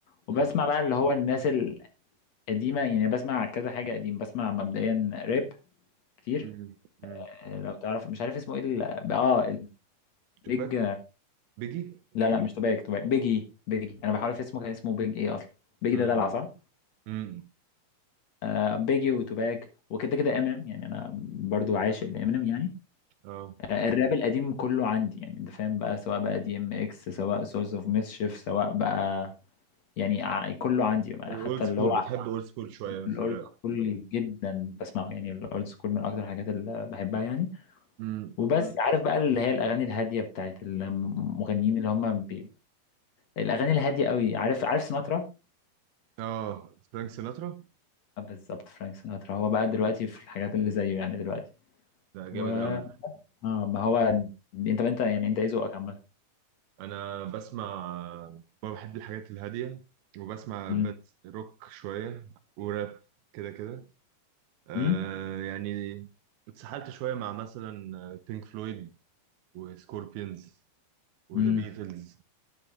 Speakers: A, on the left; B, on the right.
A: وبسمع
B: مم.
A: بقى اللي هو الناس القديمه يعني بسمع كذا حاجه قديم بسمع مبدئيا راب كتير
B: مم. مم.
A: آه، لو تعرف مش عارف اسمه ايه ال... اه
B: توباك
A: البيج
B: بيجي
A: لا لا مش توباك توباك بيجي بيجي انا بحاول في اسمه كان اسمه بيج ايه اصلا بيجي
B: مم.
A: ده دلع صح
B: مم.
A: آه بيجي وتوباك وكده كده امينيم يعني انا برضو عاشق لامينيم يعني
B: اه
A: آه الراب القديم كله عندي يعني انت فاهم بقى سواء بقى دي ام اكس سواء سورس اوف ميسشيف سواء بقى يعني ع- كله عندي
B: الاولد
A: حتى
B: سكول
A: اللي هو
B: بتحب اولد سكول شويه في
A: الاولد
B: الراب
A: سكول جدا بسمعه يعني الاولد سكول من اكتر الحاجات اللي بحبها يعني
B: مم.
A: وبس عارف بقى اللي هي الاغاني الهاديه بتاعت المغنيين اللي هم الاغاني الهاديه قوي عارف عارف سيناترا
B: اه فرانك سيناترا
A: آه، بالظبط فرانك سيناترا هو بقى دلوقتي في الحاجات اللي زيه يعني دلوقتي
B: ده
A: و
B: جامد قوي
A: اه ما هو انت انت يعني انت ايه ذوقك عامه
B: انا بسمع بحب الحاجات الهاديه وبسمع
A: امم
B: بات روك شويه وراب كده كده آه
A: امم
B: يعني اتسحلت شويه مع مثلا بينك فلويد وسكوربينز وذا
A: امم
B: بيتلز